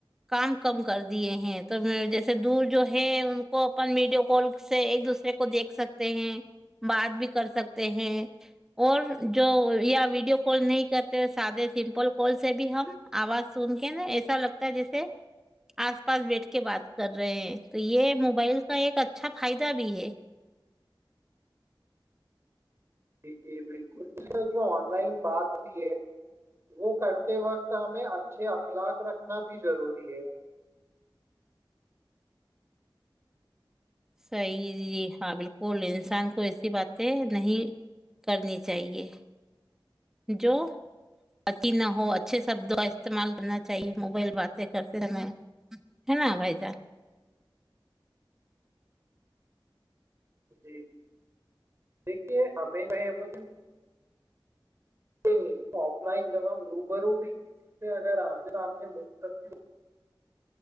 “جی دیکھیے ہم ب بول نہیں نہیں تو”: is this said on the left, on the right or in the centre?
Right